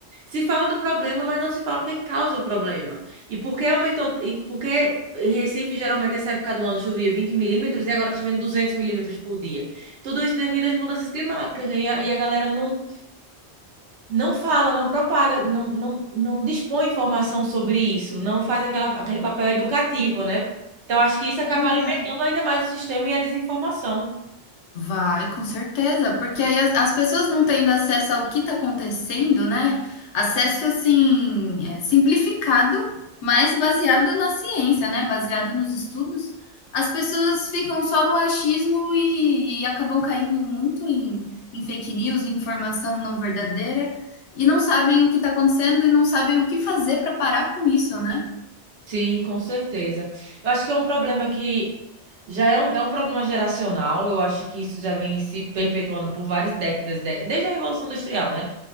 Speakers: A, on the right; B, on the left.
A: Se fala do problema, mas não se fala o que causa o problema. E por que aumentou, e por que em Recife, geralmente, essa época do ano chovia 20 milímetros e agora está chovendo 200 milímetros por dia. Tudo isso devido às mudanças climáticas, né? E a, e a galera não não fala, não propaga, não, não, não dispõe informação sobre isso, não faz aquela, aquele papel educativo, né? Então, acho que isso acaba
B: pois
A: alimentando
B: é.
A: ainda mais o sistema e a desinformação.
B: Vai, com certeza, porque aí as, as pessoas não tendo acesso ao que está acontecendo, né? Acesso assim, é, simplificado, mas baseado na ciência, né? Baseado nos estudos, as pessoas ficam só no achismo e, e acabam caindo muito em, em fake news, em informação não verdadeira, e não sabem o que está acontecendo e não sabem o que fazer para parar com isso, né?
A: Sim, com certeza. Eu acho que é um problema que já é um, é um problema geracional, eu acho que isso já vem se perpetuando por várias décadas, dé- desde a Revolução Industrial, né?